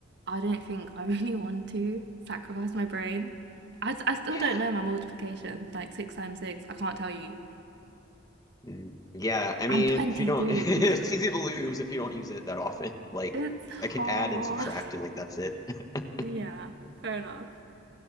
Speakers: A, on the right (about 60°); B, on the left (about 20°).
A: I don't think I really want to sacrifice my brain. I, I still
B: Yeah.
A: don't know my multiplication. Like six times six, I can't tell you.
B: Mm. Yeah, I
A: I'm
B: mean,
A: 23.
B: if you don't, <laughs> it's
A: <laughs>
B: easy to lose if you don't use it that often. Like,
A: It's hard.
B: I can add and subtract,
A: <laughs>
B: and like that's it. <laughs>
A: Yeah, fair enough.